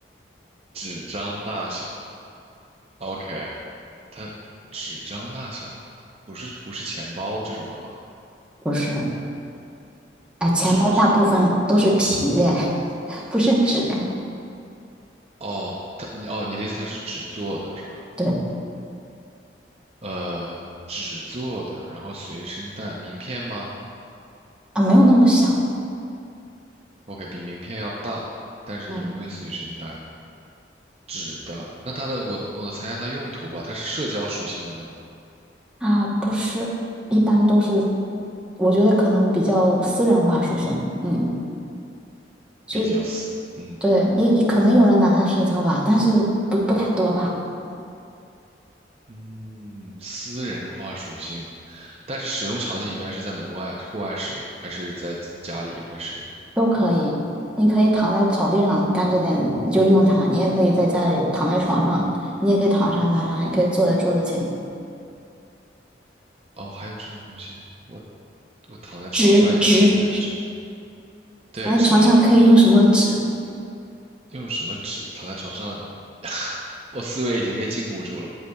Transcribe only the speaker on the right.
纸张大小，OK，它纸张大小，不是不是钱包这种的吧？
纸，
哦，它哦，你的意思它是纸做的是吧？
呃，纸做的，然后随身带，名片吗？
OK，比名片要大，但是也会随身带。
纸的，那它的我我猜一下它用途吧，它是社交属性的吗？
比较私，嗯
嗯，私人化属性，但是使用场景一般是在门外、户外使用，还是在家里也会使用？
哦，还有这种东西，我我躺在床上也可以用这个纸，
对，
纸啊，用什么纸？躺在床上，<laughs> 我思维已经被禁锢住了。